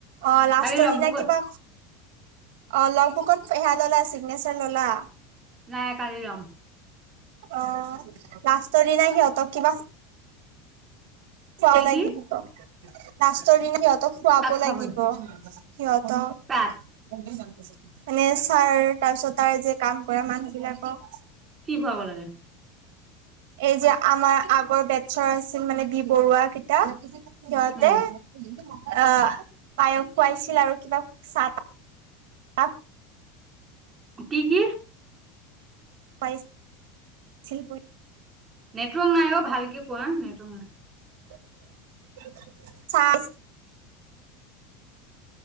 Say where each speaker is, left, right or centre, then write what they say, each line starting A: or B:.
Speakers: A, on the right; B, on the right.
A: অ', লাষ্টৰ
B: কালি লগ
A: দিনা
B: বুক
A: কিবা অ লগ বুকত সেয়া ললা চিগনেচাৰ ললা
B: নাই কালি লম
A: অ' লাষ্টৰ দিনা সিহঁতক কিবা খুৱাব
B: কি
A: লাগি
B: কি
A: দিব লাষ্টৰ দিনা সিহঁতক খুৱাব
B: কাক খুৱাবলৈ
A: লাগিব। এনে
B: কাক
A: ছাৰ তাৰ পিছত তাৰ যে কাম কৰা মানুহ বিলাকক
B: কি খুৱাব লাগে
A: এই যে আমাৰ আগৰ বেছৰ আছিল মানে বি বৰুৱা কেইতা সিহতে
B: উম
A: অ পায়স খুৱাইছিল আৰু কিবা চাহ তাহ
B: কি? কি?
A: <unintelligible> বুলি
B: নেটৱৰ্ক নাই অ ভালকে কোৱা নেটৱৰ্ক নাই।
A: <inaudible>